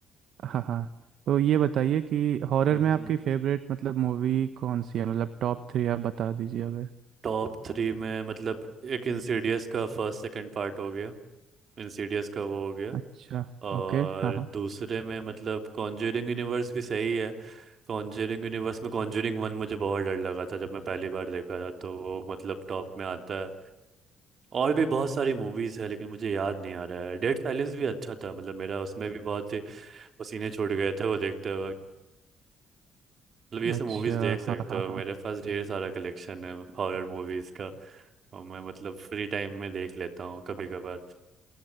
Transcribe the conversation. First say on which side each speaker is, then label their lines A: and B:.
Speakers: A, on the right (about 70°); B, on the right (about 50°).
A: हाँ हाँ तो ये बताइए कि हॉरर
B: हम्म
A: में आपकी फेवरेट मतलब मूवी कौन सी है मतलब टॉप थ्री आप बता दीजिए अगर
B: टॉप थ्री में मतलब एक इंसीडियस का फर्स्ट सेकंड पार्ट हो गया इंसीडियस का वो हो गया
A: अच्छा
B: और
A: ओके हाँ हाँ
B: दूसरे में मतलब कॉन्जरिंग यूनिवर्स भी सही है कॉन्जरिंग यूनिवर्स में कॉन्जरिंग वन मुझे बहुत डर लगा था जब मैं पहली बार देखा था तो वो मतलब टॉप में आता है और भी बहुत सारी मूवीज़ है लेकिन मुझे याद नहीं आ रहा है डेड साइलेंस भी अच्छा था मतलब मेरा उसमें भी बहुत ही पसीने छूट गए थे वो देखते वक्त मतलब ये सब
A: अच्छा
B: मूवीज़ देख सकते
A: हाँ हाँ
B: हो
A: हाँ
B: मेरे पास ढेर सारा कलेक्शन है हॉरर मूवीज़ का और मैं मतलब फ्री टाइम में देख लेता हूँ कभी कभार